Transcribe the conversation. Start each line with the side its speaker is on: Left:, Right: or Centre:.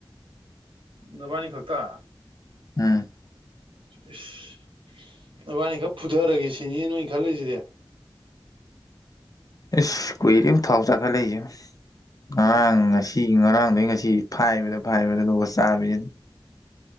Right: ꯅꯕꯥꯅꯤ ꯈꯛꯇ
Left: ꯎꯝ
Right: ꯏꯁꯁ ꯑꯗꯨꯕꯥꯅꯤ ꯈꯔ ꯐꯨꯊꯔꯒꯦ ꯁꯤꯅꯦꯅ ꯅꯣꯏ ꯈꯜꯂꯤꯂꯁꯤꯗꯤ
Left: ꯑꯦꯁ ꯀꯨꯏꯂꯤ ꯎ ꯊꯥꯎꯖꯈ ꯂꯩꯁꯨ ꯉꯥꯡꯁꯤ
Right: ꯎꯝ
Left: ꯁꯤꯒꯤ ꯉꯔꯥꯡꯗꯩ ꯉꯁꯤ ꯐꯥꯏꯕꯗ ꯐꯥꯏꯕꯗ ꯑꯗꯨꯒ ꯆꯥꯁꯤꯅ